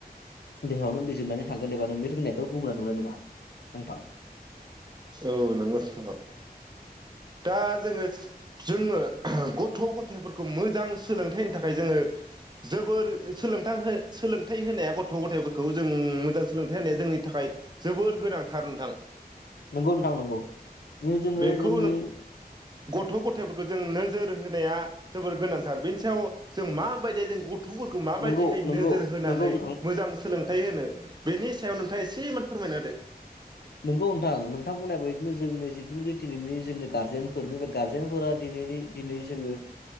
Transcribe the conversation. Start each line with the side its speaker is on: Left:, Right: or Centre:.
Left: देहायावनो बिजिरनानै थांगोन एबा नोंनि रोंनायखौ गुबना नुनाय नङा नोंथां
Right: औ नंगौथ' दा जोङो जोङो गथ' गथायाइफोरखौ मोजां सोलोंथाइ होनो थाखाय जोङो जोबोर सोलोंथाइ सोलोंथाइ होनाया गथ' गथायफोरखौ जों मोजां सोलोंथाइ होनाया जोंनि थाखाय जोबोर गोनांथार नोंथां
Left: नंगौ नोंथां नंगौ दिनै जोङो
Right: बेखौ
Left: जोंनि
Right: गथ' गथायफोरखौ जों नोजोर होनाया जोबोर गोनांथार बेनि सायाव जों माबायदि जों गथ' गथ'फोरखौ माबायदिहाय
Left: नंगौ नंगौ
Right: नोजोर होनानै
Left: नंगौ नोंथां
Right: मोजां सोलोंथाइ होनो बेनि सायाव नोंथाङा एसे इमान फोरमायना होदो
Left: नोंगौ नोंथां नोंथां बुंनाय बायदिनो जोंनि बिदि दिनैनि जोंनि गारजेनफोरनि गारजेनफोरा दिनैनि दिनै जोङो